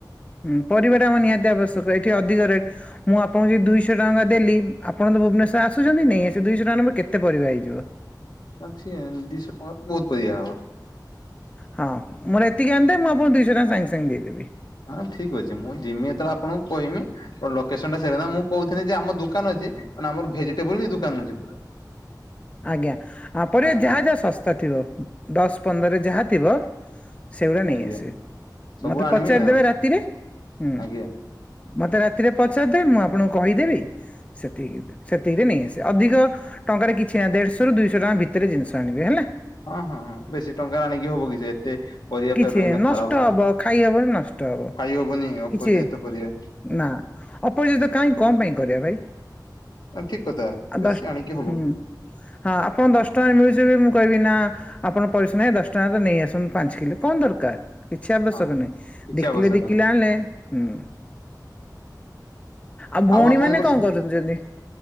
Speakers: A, on the left; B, on the left.
A: ହୁଁ ପରିବାଟା ଆମର ନିହାତି ଆବଶ୍ୟକ ଏଠି ଅଧିକ ରେଟ୍ ମୁଁ ଆପଣ ଯଦି ଦୁଇଶହ ଟଙ୍କା ଦେଲି ଆପଣ ତ ଭୁବନେଶ୍ୱର ଆସୁଛନ୍ତି ନେଇ ଆସୁଛନ୍ତି ଦୁଇଶହ ଟଙ୍କା ମୋର କେତେ ପରିବା ହେଇଯିବ।
B: ଭଛି ଦିଶହ ଟଙ୍କା ତ ବହୁତ ପରିବା ହବ।
A: ହଁ ମୋର ଏତିି ଆନ୍ ଦେ ମୁଁ ଆପଣ ଦୁଇଶହ ଟଙ୍କା ସାଙ୍ଗେ ସାଙ୍ଗେ ଦେଇଦେବି।
B: ହଁ ଠିକ୍ ଅଛି ମୁଁ ଯିମି ଯେତେବେଳେ ଆପଣଙ୍କୁ କହିମି। ଲୋକେସନ୍‌ ଟା ସେଇ ନା ମୁଁ କହୁଥିଲି ଯେ ଆମ ଦୋକାନ ଅଛି ଆମର ଭେଜିଟେବୁଲ୍‌ ହିଁ ଦୋକାନ ଅଛି ପୁରା।
A: ଆଜ୍ଞା ଆପରେ
B: ହଁ
A: ଯାହା ଯାହା ଶସ୍ତା ଥିବ ଦଶ ପନ୍ଦର୍‌ରେ ଯାହା ଥିବ ସେଗୁଡ଼ା ନେଇ
B: ଆଜ୍ଞା
A: ଆସିବେ
B: ସବୁ
A: ମତେ
B: ଆଣିମି
A: ପଚାରି
B: ଆଉ
A: ଦେବେ ରାତିରେ ହୁଁ।
B: ଆଜ୍ଞା।
A: ମତେ ରାତିରେ ପଚାରିଦେବେ ମୁଁ ଆପଣଙ୍କୁ କହିଦେବି ସେତିକି ସେତିକିରେ ନେଇ ଆସେ ଅଧିକ ଟଙ୍କାରେ କିଛି କିଛି ଦେଢ଼ଶହରୁ ଦୁଇଶହ ଟଙ୍କା ଭିତରେ ଜିନିଷ ଆଣିବେ ହେଲା?
B: ହଁ, ହଁ ହଁ ବେଶୀ ଟଙ୍କା ଆଣିକି ହବ କି ଯେ ଏତେ ପରିବା ଫେରେ
A: କିଛି
B: ରହିଲେ
A: ନଷ୍ଟ
B: ଖରାପ
A: ହବ ଖାଇହବନି ନଷ୍ଟ ହବ
B: ଖାଇ ହବନି ଅପରିଜିତ
A: କିଛି
B: ପରିବା
A: ନା ଅପରିଜିତ କାହିଁ କଣ ପାଇଁ କରିବା ଭାଇ?
B: ଠିକ୍ କଥା
A: ଆ
B: ବେଶୀ
A: ଦଶ
B: ଆଣିକି ହବ
A: ହୁଁ ହଁ, ଆପଣ ଙ୍କୁ ଦଶ ଟଙ୍କାରେ ମିଳୁଛି ମୁଁ କହିବି ନା ଆପଣ ପଇସା ନାହିଁ ଦଶ ଟଙ୍କା ରେ ନେଇ ଆସନ୍ତୁ ପାଞ୍ଚ କିଲୋ କଣ ଦରକାର୍ କିଛି ଆବଶ୍ୟକ
B: ହଁ
A: ନାହିଁ
B: କିଛି
A: ଦି
B: ଆବଶ୍ୟକ
A: କିଲେ ଦି କିଲେ
B: ନାହିଁ
A: ଆଣିଲେ ହୁଁ। ଆଉ ଭଉଣୀମାନେ
B: ଆପଣଙ୍କର
A: କଣ
B: ସେ
A: କରୁ ଯନ୍ତି?